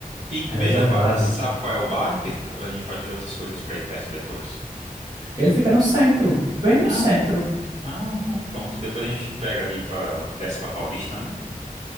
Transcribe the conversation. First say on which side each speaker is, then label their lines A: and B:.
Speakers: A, on the right; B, on the right.
A: E
B: Reservado.
A: veja qual, sabe qual é o bairro, que a gente pode ver outras coisas pra ir perto depois.
B: Ele fica no centro, bem no
A: Ah,
B: centro.
A: então, ah, então pronto. Depois a gente pega ali para desce pra Paulista, né? O